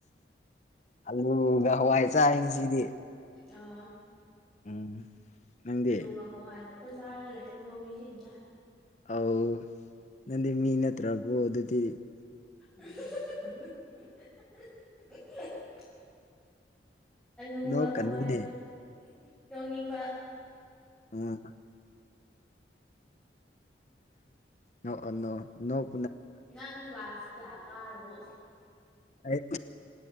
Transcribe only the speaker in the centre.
ꯑꯥ
ꯑꯂꯨꯒ ꯍꯋꯥꯏ ꯉꯛꯇ ꯆꯥꯔꯒ ꯂꯩꯔꯕꯣ ꯃꯤꯁꯤꯡꯁꯦ
<unintelligible> ꯑꯂꯨꯒ
ꯍꯋꯥꯏꯒ ꯌꯧꯅꯤꯡꯕ
ꯅꯪ ꯀ꯭ꯂꯥꯁ ꯀꯌꯥ ꯀꯥꯔꯕꯣ